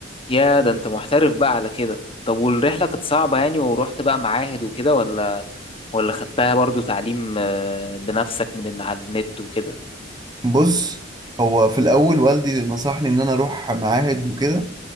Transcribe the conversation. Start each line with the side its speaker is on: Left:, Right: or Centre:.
Left: يا ده انت محترف بقى على كده طب والرحلة كانت صعبة يعني ورحت بقى معاهد وكده ولا ولا خدتها برضو تعليم آه، بنفسك من على النت وكده
Right: بص هو في الاول والدي نصحني ان انا اروح معاهد وكده